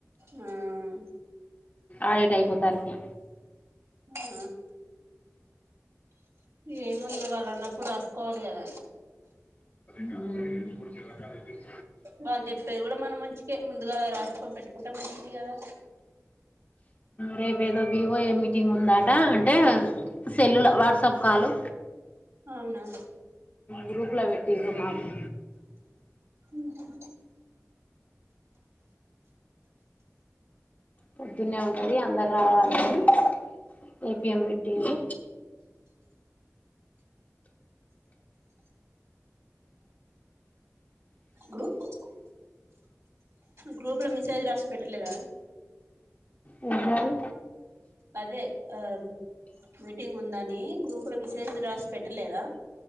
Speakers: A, on the right; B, on the left.
A: ఉం
B: ఆడిట్ అయిపోతారికి
A: ఆ ఏమో ఇగ వాళ్లు అన్నప్పుడు రాసుకోవాలి కద
B: ఉం
A: వాళ్ళు చెప్పేది కూడా మనం మంచికే ముందుగాల రాసుకని పెట్టుకుంటే మంచిది కదా
B: రేపేదో వివో ఏ మీటింగ్ ఉందాట అంటే సెల్లుల వాట్సాప్ కాలు
A: అవునా
B: గ్రూప్లో వెట్టిరూ మాకు
A: ఊహు
B: పొద్దునే ఉంటది అందరావాలి అని ఏపిఎం పెట్టిండు
A: గ్రూప్ గ్రూప్ ల మిసెజ్ రాసి పెట్టలేదా
B: ఏంటిదది
A: అదే ఆ మీటింగ్ ఉందని గ్రూప్ లో మిసేజ్ రాసి పెట్టలేదా?